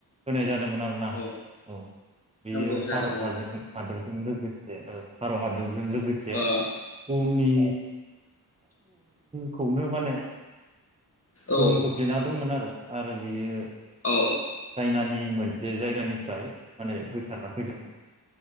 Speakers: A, on the right; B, on the left.
A: होनाय जादोंमोन आरो ना
B: औ
A: औ बेयो
B: नंगौ जादों
A: भारताद हादोरजों लोगोसे औ भारत हादोरजों लोगोसे
B: औ
A: बुहुमनि खौनो माने
B: ओ
A: गोहोम खोख्लैना दंमोन आरो आरो बेयो
B: औ
A: चाइनानि मोनसे सासे जायगानिफ्राय माने गोसारना फैदोंमोन